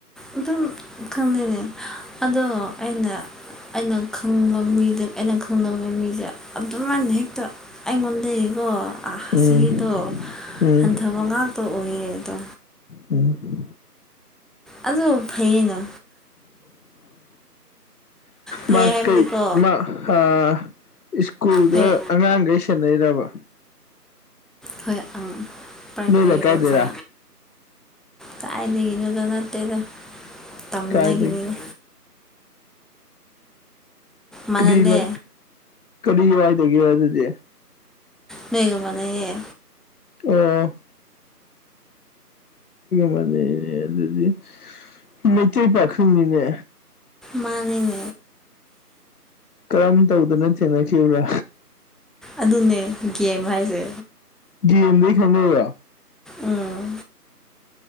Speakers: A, in the centre; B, on the left.
A: ꯑꯗꯨꯝ ꯈꯪꯉꯦꯅꯦ ꯑꯗꯣ ꯑꯩꯅ ꯑꯩꯅ ꯈꯪꯕ ꯃꯤꯗ ꯑꯩꯅ ꯈꯪꯗꯕ ꯃꯤꯁꯦ ꯑꯗꯨꯃꯥꯏꯅ ꯍꯦꯛꯇ ꯑꯩꯉꯣꯟꯗꯒꯤꯀꯣ ꯑꯥꯁꯤꯗꯣ
B: ꯎꯝ ꯎꯝ
A: ꯍꯟꯊꯕ ꯉꯥꯛꯇ ꯑꯣꯏꯔꯦ ꯑꯗꯣ
B: ꯎꯝ
A: ꯑꯗꯨ ꯐꯩꯌꯦꯅ ꯐꯩ
B: ꯃꯥ
A: ꯍꯥꯏꯕꯗꯤꯀꯣ
B: ꯀꯩ ꯃꯥ ꯑꯥ ꯁ꯭ꯀꯨꯜꯗ
A: ꯐꯩ
B: ꯑꯉꯥꯡ ꯒꯩ ꯁꯦꯟꯅꯩꯔꯕ
A: ꯍꯣꯏ ꯎꯝ ꯄ꯭ꯔꯥꯏꯃꯥꯔꯤ
B: ꯅꯣꯏ ꯂꯩꯀꯥꯏꯗꯩꯔꯥ
A: ꯑꯣꯖꯥ ꯀꯥꯏꯗꯒꯤꯅꯣꯗ ꯅꯠꯇꯦꯗ ꯇꯝꯗꯒꯤꯅꯤꯅ
B: ꯀꯥꯏꯗꯒꯤ
A: ꯃꯥꯟꯅꯗꯦ
B: ꯀꯔꯤ ꯂꯝ ꯀꯔꯤ ꯋꯥꯏꯗꯒꯤꯔꯥ ꯑꯗꯨꯗꯤ
A: ꯅꯣꯏꯒ ꯃꯥꯅꯩꯌꯦ
B: ꯑꯣ ꯃꯥꯥꯟꯅꯩꯅꯦ ꯑꯗꯨꯗꯤ ꯃꯩꯇꯩ ꯄꯥꯈꯪꯅꯤꯅꯦ
A: ꯃꯥꯥꯟꯅꯦ
B: ꯀꯔꯝ ꯇꯧꯗꯅ ꯊꯦꯡꯅꯈꯤꯕ꯭ꯔꯥ
A: ꯑꯗꯨꯅꯦ ꯒꯦꯝ ꯍꯥꯏꯁꯦ
B: ꯒꯤꯝꯗꯒꯤ ꯈꯪꯅꯩꯔꯣ
A: ꯎꯝ